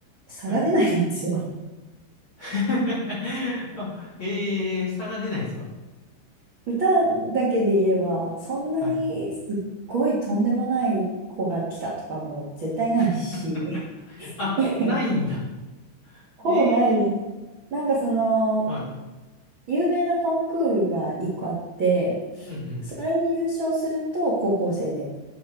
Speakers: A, on the right; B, on the left.
A: 差が出ないんですよ。
B: はい。<laughs> あ、ええー、差が出ないですか
A: <laughs> 歌だけで言えば、そんなにすっごいとんでもない子が来たとかも絶対ないし、
B: はい。<laughs> あ、
A: <laughs>
B: ないんだ。
A: ほぼないです。
B: ええー
A: なんかその、
B: はい。
A: 有名なコンクールが1個あって、
B: うんうん。
A: それに優勝すると高校生で。